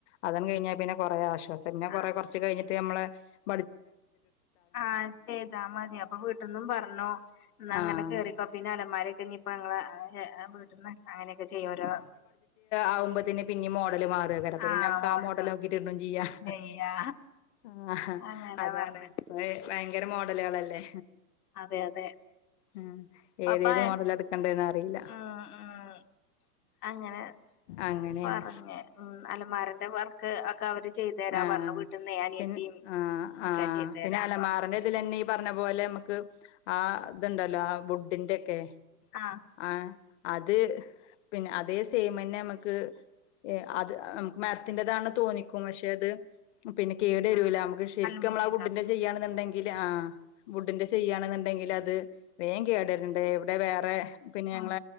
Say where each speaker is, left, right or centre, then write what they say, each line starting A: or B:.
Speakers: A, on the left; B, on the left.
A: അതം കഴിഞ്ഞാൽ പിന്നെ കൊറേ ആശ്വാസം പിന്നെ കൊറെ
B: ആഹ്
A: കോറച് കഴിഞ്ഞ് ട്ട്നമ്മളെ
B: ആഹ് ചെയ്താ മതി അപ്പൊ വീട്ടന്നും പറഞ്ഞോ എന്ന
A: ആഹ്
B: അങ്ങനെ കേറിക്കൊ പിന്നെ അലന്മാരൊക്കെ ഇ ഇപ്പ ങ്ങ വീട്ടന്ന് അങ്ങനെയൊക്കെ ചെയ്യോ ഓരോ
A: ആവുമ്പന്നെ പിന്നെ മോഡൽ മാ പ്പ
B: ആഹ്
A: പിന്നെ നമുക്ക്
B: മോഡല്
A: ആ മോഡൽ നോക്കിട്ടും ചെയ്യാം
B: ചെയ്യാ
A: ആ
B: അങ്ങനെ
A: അതാണ്
B: പറഞ്ഞ്
A: ഇജ്ജ് ഭയങ്കര മോഡലുകളല്ലേ.
B: അതെ അതെ
A: ഉം
B: പപ്പായ
A: ഏതേത് മോഡൽ എടുക്കണ്ടന്ന് അറിയില്ല
B: ഉം ഉം അങ്ങനെ
A: അങ്ങനെയാണ്
B: പറഞ്ഞ് ഉം അലമാരന്റെ വർക്ക് ഒക്കെ അവര് ചെയ്തു തരാ
A: ആഹ്
B: പറഞ്ഞു
A: അഹ്
B: വീട്ടിൽന്നേ അനിയത്തിയും
A: പിന്ന ആ ഹ്ആഹ്
B: ഒക്കെ ചെയ്തു തരാന്ന്
A: പിന്നെ അലമാറിൻന്റെ
B: പറഞ്ഞു
A: ഇതിൽന്നെ. പറഞ്ഞ പോലെ നമക്ക് ആ ഇതുണ്ടല്ലോ ആ വുഡിന്റെ ഒക്കെ
B: ആഹ്
A: ആഹ് അത് പിന്നെ അതേ സേമന്നെ നമുക്ക് അത് മരത്തിന്റെതാണ് തോന്നിക്കും പക്ഷെ അത് പിന്നെ കേടു വരുല
B: ആഹ്
A: നമുക്ക് ശരിക്കും
B: അലുമിനിയം
A: നമ്മള ആഉഡിന്റെ
B: ഫാബ്രിക്കേഷൻ
A: ചെയ്യയാണെന്നുണ്ടെങ്കിൽ ആഹ് വുഡിന്റെ ചെയ്യണ്ന്ന്ണ്ടെങ്കിൽ അത് വേഗം കേടരുന്ണ്ട് ഇവിടെ വേറെ പിന്നെ ഞങ്ങള
B: ആഹ്